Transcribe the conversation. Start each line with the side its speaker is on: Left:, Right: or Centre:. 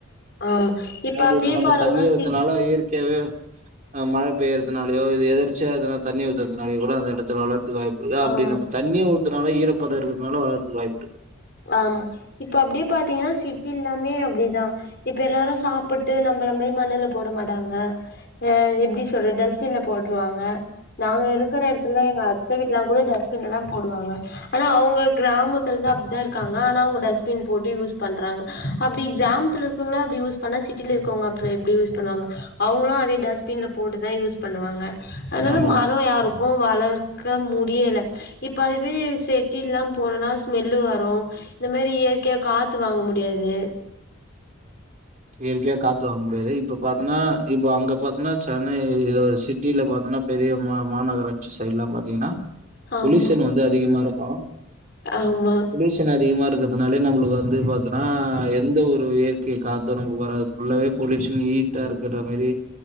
Left: ஆமா இப்ப
Right: அது
Left: அப்டியே
Right: நம்ம
Left: பாருங்கன்னா
Right: தண்ணிய வத்தனாலா
Left: சிட்
Right: இயற்கையாவே ஆ மழ பெய்யறதுனாலயோ இது எதர்ச்சியா அதனால தண்ணி ஊத்தறத்துனாலயோ கூட அந்த எடத்து வளர்த்துக்கு வாய்ப்புருக்கு அப்படி
Left: ஆமா
Right: நம்ம தண்ணிய ஊத்தனால ஈரப்பதோ இருகறதுனால வளரத்துக்கு வாய்ப்பு இருக்கு.
Left: ஆமா இப்ப அப்டியே பாத்தீங்கன்னா சிட்டில் எல்லாமே அப்பிடிதா இப்ப எல்லாரு சாப்புட்டு நம்மள மாரி மண்ணுல போட மாட்டாங்க அ எப்பிடி சொல்றது டஸ்ட்பின்ல போட்டுருவாங்க நாங்க இருக்கற எடத்துலா எங்க அத்த வீட்லல்லா கூட டஸ்ட்பின்ல தா போடுவாங்க ஆனா அவுங்க கிராமத்துல தா அப்படிதாருக்கு காங்க ஆனா அவங்க டஸ்ட்பின் போட்டு யூஸ் பண்றாங்க அப்பிடி கிராமத்துல இருக்குறவங்கள அப்பிடி யூஸ் பண்ணா சிட்டில இருக்கவங்க அப்றோ எப்டி யூஸ் பண்ணுவாங்க அவங்களு அதே டஸ்ட்பின்ல போட்டுதா யூஸ் பண்ணுவாங்க அதனால
Right: ஆமா.
Left: மரோ யாருக் கு வளர்க்க முடியல இப்ப அதுவே செட்டில்லா போனனா ஸ்மெல்லு வரு இந்த மாரி இயற்கையா காத்து வாங்க முடியாது
Right: இயற்கையா காத்து வாங்க முடியாது இப்ப பாத்தோம்ன்னா இப்ப அங்க பாத்தோம்ன்னா சென்னையில சிட்டியில பாத்தோன்னா பெரிய மா மாநகராட்சி சைடு்லா பாத்தீங்கன்னா
Left: ஆமா
Right: பொலியூஷன் வந்து அதிகமாருக்கு
Left: ஆமா
Right: பொல்யூஷன் அதிகமாருக்கறதுனாலே நம்மளுக்கு வந்து பாத்தோனா எந்த ஒரு இயற்கை காத் தரம்பு வராது ஃபுல்லவே பொல்யூஷன் ஹீடாருக்கற மேரி